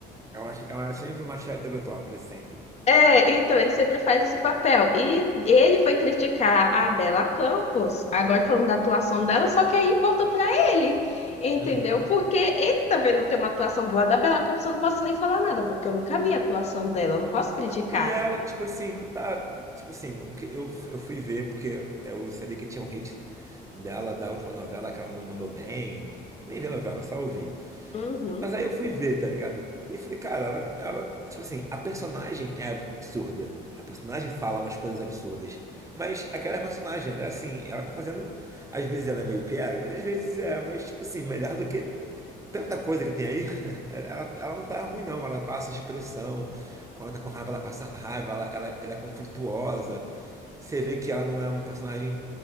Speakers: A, on the right; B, on the left.
A: É, uma, é uma- sempre uma hétero top, ele é sempre.
B: É, então, ele sempre faz esse papel. E ele foi criticar a Bela Campos, agora falando da atuação dela, só que aí voltou pra ele, entendeu?
A: Uhum.
B: Porque ele também não tem uma atuação boa da Bela Campos, eu não posso nem falar nada, porque eu nunca vi a atuação dela, eu não posso criticar.
A: Não, e ela, tipo assim, não tá. Tipo assim, o que eu, eu fui ver, porque eu sabia que tinha um hate dela da última novela que ela não mandou bem. Eu Nem vi a novela, só ouvi.
B: Uhum,
A: Mas aí eu fui ver, tá ligado? E falei, cara, ela, ela, tipo assim, a personagem é absurda. A personagem fala umas coisas absurdas. Mas aquela personagem, ela é assim, ela tá fazendo. Às vezes ela é meio piega, às vezes é, mas, tipo assim, melhor do que tanta coisa que tem aí. <laughs> Ela, ela não tá ruim, não. Ela passa expressão. Quando ela tá com raiva, ela passa raiva, ela, ela, ela é conflituosa. Você vê que ela não é uma personagem.